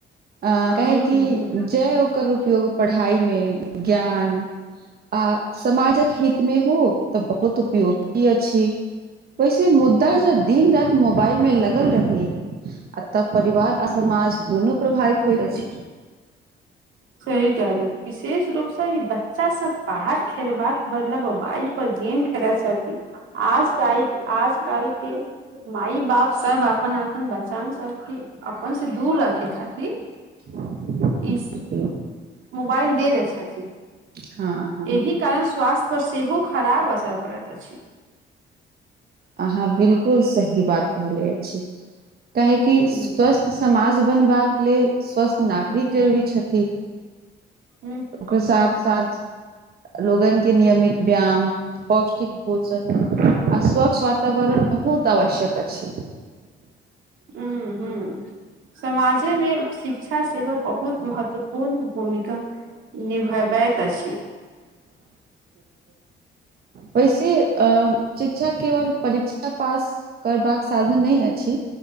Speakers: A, on the right (about 50°); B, on the right (about 80°).
A: अ कहेैकि
B: हूं हूं
A: जे ओकर उपयोग पढ़ाइमे ज्ञान आ समाजक हित मे हो तऽ बहुत उपयोगी अछि। ओैसे मुद त जे दिन रात मोबाइल में लगल रहै आ तब परिवार आ
B: हूं
A: समाज दुनू प्रभावित होइत अछि।
B: सही कहलु विशेष रूपसँ ई बच्चा सब बाहर खेलबाक बदलब मोबाइल पर गेम खेलै जाती आज ता आज कल के माय बाप सब अपन -अपन बचान सबके अपन से दूर रखे खातिर
A: <unintelligible>
B: ई मोबाइल दे देै छथिन।
A: हँ हँ
B: एहि कारण स्वास्थ्य पर सेहो खराब असर पड़त अछि।
A: आहाँ बिल्कुल सही बात कहले अछि काहेकि
B: ह
A: स्वस्थ तऽ समाज बनबाक लेल स्वस्थ नागरिक जरूरी छथि।
B: ह
A: ओकर साथ -साथ लोगन के नियमित व्यायाम प ष्टिक भोजन आ स्वच्छ वातावरण बहुत आवश्यक अछि।
B: हूँ, हूँ। समाजेमे शिक्षा सेहो बहुत महत्वपूर्ण भूमिका निभबैत अछि।
A: वैसे अ शिक्षा केवल परीक्षा पास करबाक साधन नहि अछि।